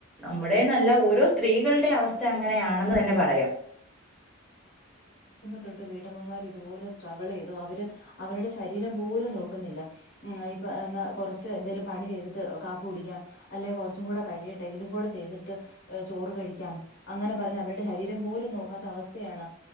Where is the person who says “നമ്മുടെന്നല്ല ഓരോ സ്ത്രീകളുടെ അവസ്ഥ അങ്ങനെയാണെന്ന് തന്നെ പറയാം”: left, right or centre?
Centre